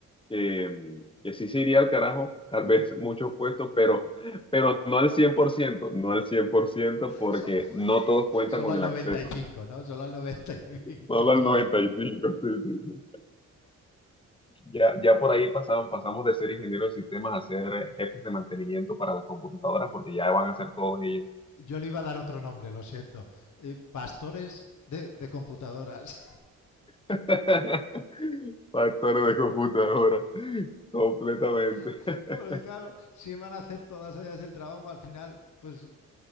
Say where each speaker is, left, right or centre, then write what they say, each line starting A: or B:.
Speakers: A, on the left; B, on the left.
A: que, mm, que sí se iría al carajo, tal vez muchos puestos, pero, pero no al 100%, no al 100%, porque
B: So-
A: no todos cuentan
B: Solo
A: con
B: al
A: el
B: noventa
A: acceso,
B: y cinco, ¿no? Solo al noventa y cinco.
A: solo al 95%. <laughs> Ya, ya por ahí pasaron, pasamos de ser ingeniero de sistemas a ser jefes de mantenimiento para las computadoras, porque ya van a ser todos ellos.
B: <laughs> Yo le iba a dar otro nombre, lo siento. Eh, pastores de, de computadoras.
A: <laughs> Factores de computadora, completamente.
B: <laughs>
A: <laughs>
B: Porque claro, si van a hacer todas ellas el trabajo, al final, pues